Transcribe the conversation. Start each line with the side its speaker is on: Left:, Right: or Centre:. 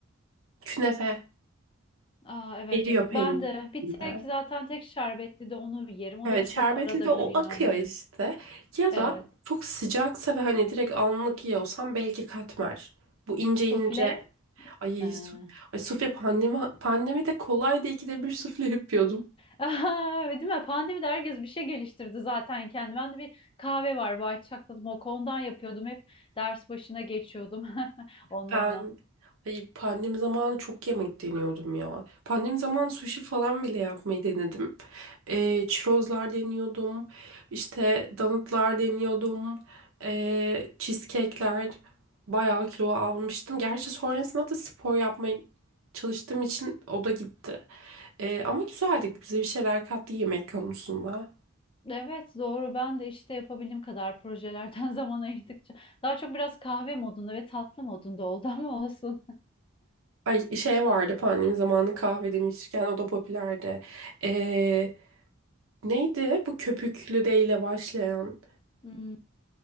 Right: künefe
Left: Aa, evet.
Right: eriyor peynirin
Left: Ben de bir
Right: içinde.
Left: tek zaten tek şerbetli de onu yerim. O
Right: Evet
Left: da çok
Right: şerbetli
Left: arada
Right: de o
Left: bir yani.
Right: akıyor işte. Ya
Left: Evet.
Right: da çok sıcaksa ve hani direkt anlık yiyorsam belki katmer. Bu ince
Left: Sufle.
Right: ince Ay,
Left: Ha.
Right: su Ay sufle pandemi pandemide kolaydı ikide bir sufle yapıyordum.
Left: Aha, <laughs> değil mi? Pandemide herkes bir şey geliştirdi zaten kendi. Ben de bir kahve var. White Chocolate Mocha. Ondan yapıyordum. Hep ders başına geçiyordum <laughs> onunla.
Right: Ben ay pandemi zamanı çok yemek deniyordum ya. Pandemi zamanı sushi falan bile yapmayı denedim. Ee, çirozlar deniyordum. İşte donutlar deniyordum. Ee, cheesecake'ler bayağı kilo almıştım. Gerçi sonrasında da spor yapmaya çalıştığım için o da gitti. Ee, ama güzeldi. Bize bir şeyler kattı yemek konusunda.
Left: Evet doğru ben de işte yapabildiğim kadar projelerden <laughs> zaman ayırdıkça daha çok biraz kahve modunda ve tatlı modunda oldu ama olsun.
Right: Ay şey vardı pandemi zamanı kahve demişken o da popülerdi. Ee, neydi bu köpüklü de ile başlayan?
Left: Hmm.